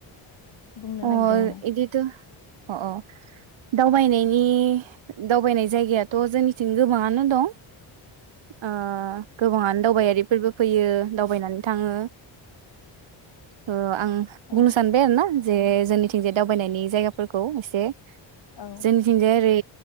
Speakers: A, on the left; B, on the right.
A: बुंनो
B: अ
A: नागिरदोंमोन आं।
B: एदिथ अ औ दावबायनायनि दावबायनाय जायगायाथ जोंनिथिं गोबाङानो दं अ गोबाङानो दावबायारि <unintelligible> फैयो दावबायनानै थाङो औ आं
A: औ
B: बुंनो सानबाय आरो ना जे जोंनि थिं <unintelligible> दावबायनायनि जायगाफोरखौ एसे
A: औ
B: जोंनिथिंजाय एरै